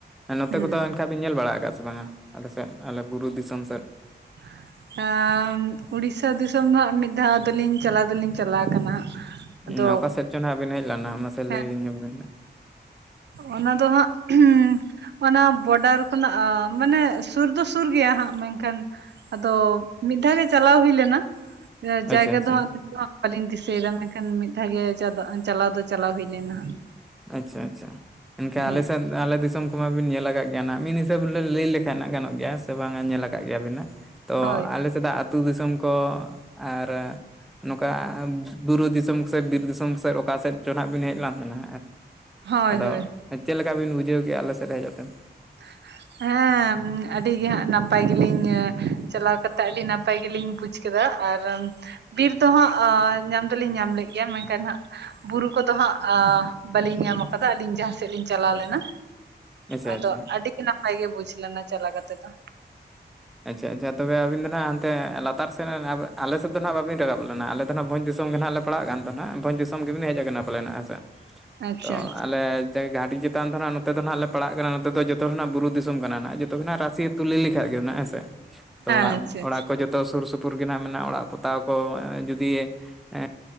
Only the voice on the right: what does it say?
ᱦᱩᱸ
<inaudible> ᱟᱸ ᱩᱲᱤᱥᱟ ᱫᱤᱥᱚᱢ ᱫᱚ ᱦᱟᱸᱜ ᱢᱤᱫ ᱫᱷᱟᱣ ᱫᱚᱞᱤᱧ ᱪᱟᱞᱟᱣ ᱫᱚᱞᱤᱧ ᱪᱟᱞᱟᱣ ᱠᱟᱱᱟ ᱦᱟᱸᱜ᱾ ᱟᱫᱚ
ᱦᱮᱸ
ᱚᱱᱟ ᱫᱚ ᱦᱟᱸᱜ ᱩᱸ ᱚᱱᱟ ᱵᱚᱰᱟᱨ ᱠᱷᱚᱱᱟᱜ ᱢᱟᱱᱮ ᱥᱩᱨ ᱫᱚ ᱥᱩᱨ ᱜᱮᱭᱟ ᱦᱟᱸᱜ ᱢᱮᱱᱠᱷᱟᱱ, ᱟᱫᱚ ᱢᱤᱫ ᱫᱷᱟᱣ ᱜᱮ ᱪᱟᱞᱟᱣ ᱦᱩᱭ ᱞᱮᱱᱟ ᱡᱟᱭᱜᱟ
ᱫᱚ ᱦᱟᱸᱜ ᱱᱤᱛᱚᱜ, ᱵᱟᱞᱤᱧ ᱫᱤᱥᱟᱹᱭ ᱮᱫᱟ ᱢᱮᱱᱠᱷᱟᱱ ᱢᱤᱫ ᱫᱷᱟᱣ ᱜᱮ ᱪᱟᱵᱟᱜ-ᱟ, ᱪᱟᱞᱟᱣ ᱫᱚ ᱪᱟᱞᱟᱣ ᱦᱩᱭ ᱞᱮᱱᱟ᱾
ᱦᱮᱸ
ᱦᱳᱭ
ᱦᱳᱭ
ᱦᱳᱭ
<inaudible> ᱦᱮᱸ ᱟᱹᱰᱤ ᱜᱮ ᱦᱟᱸᱜ ᱱᱟᱯᱟᱭ ᱜᱮᱞᱤᱧ ᱪᱟᱞᱟᱣ ᱠᱟᱛᱮᱜ ᱟᱹᱰᱤ ᱱᱟᱯᱟᱭ ᱜᱮᱞᱤᱧ ᱵᱩᱡᱷ ᱠᱮᱫᱟ ᱟᱨ ᱵᱤᱨ ᱫᱚ ᱦᱟᱸᱜ ᱧᱟᱢ ᱫᱚᱞᱤᱧ ᱧᱟᱢ ᱞᱮᱜ ᱜᱮᱭᱟ ᱢᱮᱱᱠᱷᱟᱱ ᱦᱟᱸᱜ ᱵᱩᱨᱩ ᱠᱚᱫᱚ ᱦᱟᱸᱜ ᱵᱟᱹᱞᱤᱧ ᱧᱟᱢ ᱠᱟᱫᱟ ᱟᱹᱞᱤᱧ ᱡᱟᱦᱟᱸ ᱥᱮᱫ ᱞᱤᱧ ᱪᱟᱞᱟᱣ ᱞᱮᱱᱟ᱾
ᱟᱫᱚ
ᱟᱹᱰᱤ ᱜᱮ ᱱᱟᱯᱟᱭ ᱜᱮ ᱵᱩᱡᱽ ᱞᱮᱱᱟ ᱪᱟᱞᱟ ᱠᱟᱛᱮ ᱫᱚ᱾
ᱟᱪᱪᱷᱟ
ᱟᱪᱪᱷᱟ ᱟᱪᱪᱷᱟ
ᱦᱮᱸ ᱟᱪᱪᱷᱟ
ᱟᱪᱪᱷᱟ